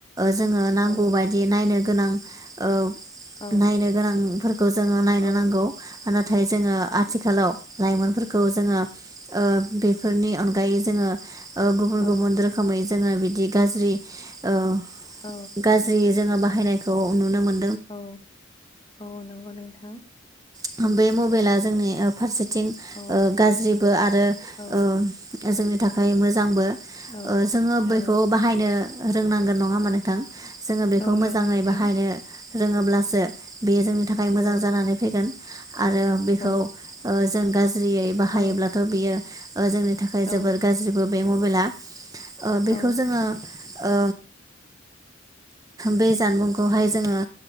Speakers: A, on the right; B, on the left.
A: जोङो नांगौ
B: औ
A: बायदि नाय नो गोनां ओ
B: औ
A: नायनो गोनांफोरखौ जोङो नायनो
B: औ
A: नांगौ नाथाय जोङो आथिखालाव लाइमोनफोरखौ जोङो बेफोरनि अनगायै जोङो ओ गुबुन
B: औ
A: गुबुन रोखोमै जोङो बिदि गाज्रि ओ
B: औ
A: गाज्रि जोङो बाहायनायखौ नुनो मोन
B: औ औ नंगौ नोंथां।
A: थां बे मबेला जोंनि ओ फारसे थिं
B: औ
A: गाज्रिबो आरो
B: औ
A: ओ जोंनि नि थाखाय मोजांबो।
B: औ
A: ओ जोङो बेखौ
B: औ
A: बाहायनो रोंनांगोन नङा माने थां। जोङो बेखौ
B: औ
A: मोजाङै
B: नंगौ नोंथां
A: बाहायनो रोङोब्लासो बेयो जोंनि थाखाय
B: औ
A: मोजां जानानै फैगोन। आरो बेखौ
B: औ
A: ओ जों जेयै बाहायोब्लाथ'
B: औ
A: बियो ओ जोंनि थाखाय
B: औ
A: जोबोर गाज्रिबो। बे मबाइला ओ बेखौ
B: औ
A: जोङो ओ बे जानबुंखौहाय जोङो